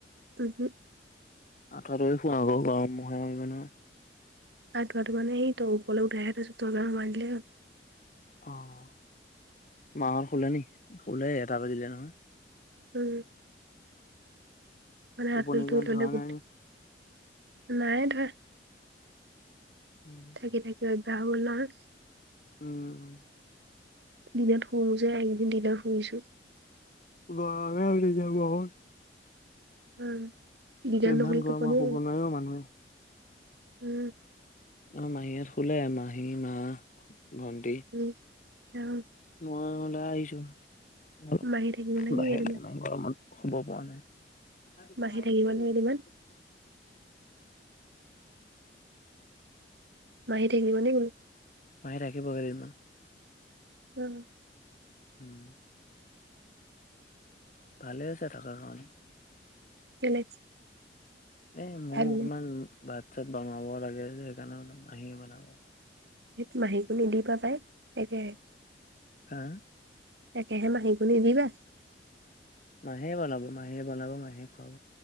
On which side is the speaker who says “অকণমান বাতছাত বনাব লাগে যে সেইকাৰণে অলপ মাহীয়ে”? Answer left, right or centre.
Left